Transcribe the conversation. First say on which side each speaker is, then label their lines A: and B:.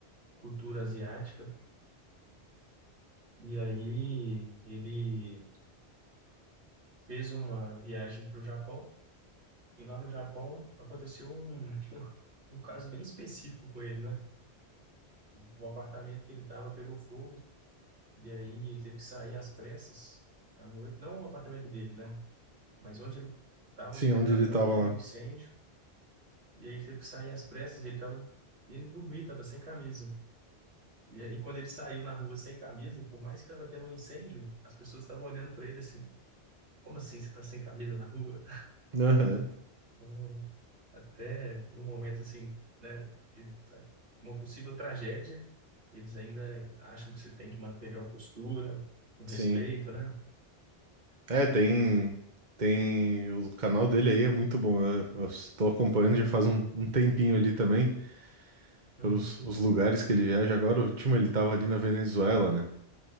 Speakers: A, on the right (about 85°); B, on the right (about 45°).
A: cultura asiática. E aí ele fez uma viagem para o Japão. E lá no Japão aconteceu um, <laughs> um caso bem específico com ele, né? O apartamento que ele estava pegou fogo, E aí ele teve que sair às pressas à noite, não o apartamento dele, né? Mas onde ele estava
B: Sim,
A: hospedado
B: onde ele
A: acabou
B: tava
A: tendo
B: lá.
A: um incêndio. E aí ele teve que sair às pressas, e ele estava indo dormir, estava sem camisa. E aí quando ele saiu na rua sem camisa, por mais que estava tendo um incêndio, as pessoas estavam olhando para ele assim: como assim você está sem camisa na rua?
B: Aham,
A: Então, até no momento assim, né, de sabe, uma possível tragédia, eles ainda acham que você tem que manter uma postura, um respeito,
B: Sim.
A: né?
B: É, tem, tem. O canal dele aí é muito bom. Eu, eu estou acompanhando já faz um, um tempinho ali também,
A: Uhum.
B: pelos os lugares que ele viaja. Agora, o último ele tava ali na Venezuela, né?